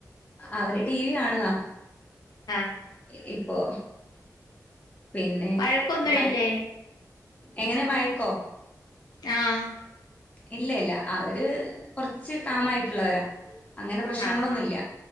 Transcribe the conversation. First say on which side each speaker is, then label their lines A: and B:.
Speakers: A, on the left; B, on the left.
A: ആ അവര് ടിവി കാണുക
B: ആഹ് ആഹ് ആഹ്
A: ഈ ഈ ഈപോ പിന്നെ
B: വഴക്കൊന്നുമില്ലേ
A: കൽ എങ്ങനെ വയക്കോ?
B: ആഹ്
A: ഇല്ല ഇല്ല അവര് കുറച്ച് കാമായിട്ടുള്ളവരാ. അങ്ങനെ പ്രശ്നങ്ങള്
B: ആഹ്
A: ഒന്നുമില്ല
B: ആഹ്